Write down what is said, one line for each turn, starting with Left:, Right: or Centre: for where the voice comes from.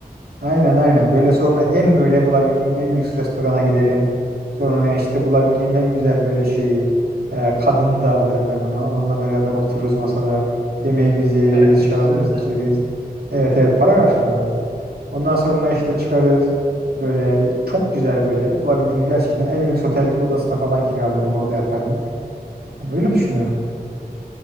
Right: Aynen aynen. Böyle sonra en böyle bulabildiğim en lüks restorana giderim. Sonra işte bulabildiğim en güzel böyle şeyi e, kadını da alırım yanıma. Onunla beraber otururuz masada. Yemeğimizi yeriz,
Left: Para karşılığında.
Right: şarabımızı içeriz.
Left: <laughs>
Right: Evet evet para karşılığında. tabii. Ondan sonra işte çıkarız. Böyle çok güzel böyle bulabildiğim gerçekten en lüks otel odasına falan kiralarım. Orada yatardım. Yani öyle düşünüyorum.